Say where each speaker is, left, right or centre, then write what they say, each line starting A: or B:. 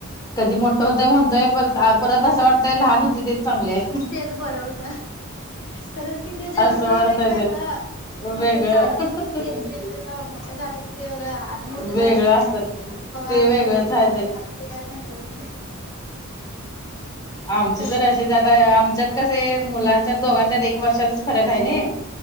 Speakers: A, on the left; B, on the left.
A: कधी मोठं होतय म्हणतोय परत परत असं वाटतंय लहान होते तेच चांगले आहे.
B: तेच बरं होत खरंच की ती जनमल्यावर
A: असं वाटतय
B: एक वेगळ
A: ते
B: नंतर
A: वेगळं
B: चाल तेच एक वेगळं, मोठं झालंय की ते वेगळं. आणि मोठं झाले
A: वेगळं
B: की
A: असत
B: बघा
A: ते
B: हे
A: वेगळंच
B: बघा
A: आहे
B: ते वेगळंच.
A: आमचे
B: सगळं
A: तर असे जात आमच्यात कसय मुलांच्या दोघांच्यात एक वर्षाचाच फरक आहे ना.